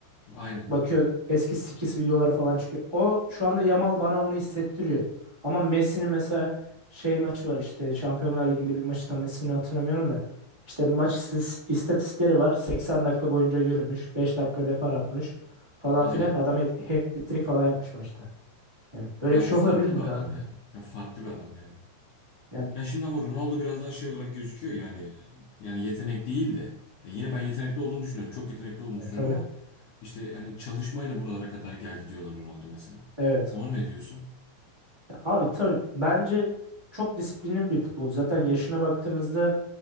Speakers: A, on the left (about 75°); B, on the right (about 30°).
A: Aynen.
B: Bakıyor eski skills videoları falan çıkıyor. O şu anda Yamal bana onu hissettiriyor. Ama Messi'nin mesela şey maçı var işte Şampiyonlar Ligi'nde bir maçı tam ismini hatırlamıyorum da. İşte maç istis- istatistikleri var. 80 dakika boyunca yürümüş. 5 dakika depar atmış falan
A: Aynen.
B: filan. Adam hat- hat-trick falan yapmış maçta. Yani böyle
A: Ya
B: bir şey
A: o farklı
B: <laughs> olabilir mi
A: bir adam
B: kanka?
A: ya. Ya farklı bir adam yani.
B: Yani
A: Ya şimdi ama Ronaldo biraz daha şey olarak gözüküyor yani yani yetenek değil de ya yine ben yetenekli olduğunu düşünüyorum. Çok yetenekli olduğunu
B: Ya,
A: düşünüyorum
B: tabii.
A: ama işte yani çalışmayla buralara kadar geldi diyorlar Ronaldo mesela.
B: Evet.
A: Ona ne diyorsun?
B: Ya, abi tabii bence çok disiplinli bir futbolcu. Zaten yaşına baktığımızda